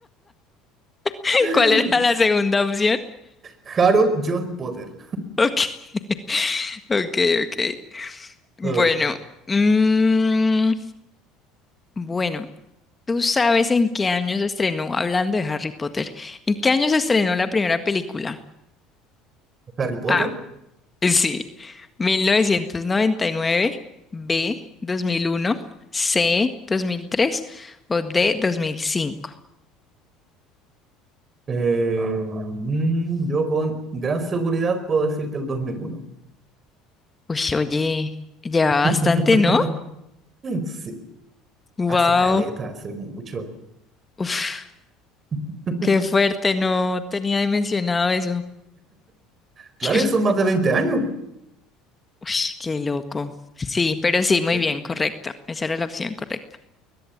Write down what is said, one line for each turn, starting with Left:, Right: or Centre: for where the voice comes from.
Left: <laughs>
Right: <laughs>
Left: ¿Cuál era la segunda opción?
Right: Harold John Potter.
Left: Ok, <laughs> ok, ok.
Right: Eh,
Left: Bueno, mm, bueno, ¿tú sabes en qué año se estrenó, hablando de Harry Potter, en qué año se estrenó la primera película?
Right: Harry Potter.
Left: A, sí, 1999. B, 2001. C, 2003. o D, 2005.
Right: Eh, mm, yo con gran seguridad puedo decir que el 2001.
Left: Uy, oye, lleva
Right: <laughs>
Left: bastante, ¿no?
Right: Sí,
Left: Wow.
Right: hace caleta, hace mucho.
Left: Uf,
Right: <laughs>
Left: qué fuerte, no tenía dimensionado eso.
Right: Claro
Left: <laughs> Qué,
Right: que son más de 20 años.
Left: uy, qué loco. Sí, pero sí, muy
Right: Sí,
Left: bien, correcto. Esa era la opción correcta.